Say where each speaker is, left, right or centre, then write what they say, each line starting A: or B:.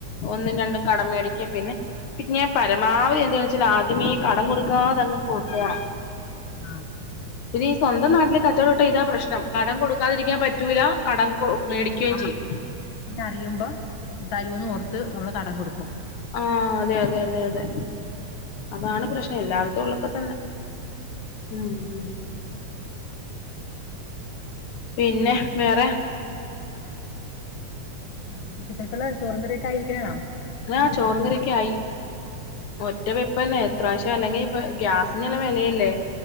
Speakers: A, on the left; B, on the left.
A: ഒന്നും രണ്ടും കടമ മേടി പിന്നെ പി പരമാവധി എന്താണ വെച്ചാൽ ആദ്യമേ കടം കൊടുക്കാതങ്ങ് പോണം
B: ആ
A: പിന്നെ ഈ സ്വന്തം നാട്ടില് കച്ചവട ഇട്ട ഇതാ പ്രശ്ന കടം കൊടുക്കാതിരിക്കാൻ പറ്റൂല കടം മേടിക്കുകയും
B: ആ
A: ചെയ്യും
B: അറിയുമ്പോ തരുവന്ന് ഓർത്ത് നമ്മള് കടം കൊടുക്കും
A: ആ അതെ അതെ അതെ അതെ അതാണ് പ്രശ്നം എല്ലാടത്തും ഉള്ളൊക്കെ തന്നെ ഉം ഉം പിന്നെ വേറെ
B: പി ഉച്ചത്തെക്കെുള്ള ചോറും കറിയൊക്കെ ആയിരിക്കണേണ
A: ആ ചോറും കറിയൊക്കെ ആയി ഒറ്റ വെപ്പ തന്നെ എത്രാവശ്യം അല്ലെങ്കി ഗ്യാസിന്റെല്ല വിലയില്ലേ